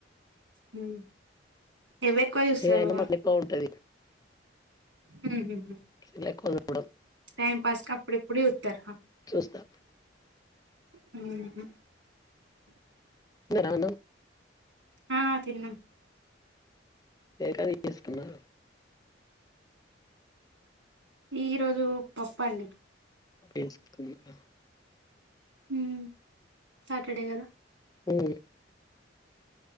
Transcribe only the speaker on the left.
ఇగ అయినా మాకు ఎక్కువ ఉంటది
సెల్ ఎక్కువ చూడను
వస్తా
తిన్నారా అన్నం
ఏక తీస్కున్నారు
ఎస్కునా
హ్మ్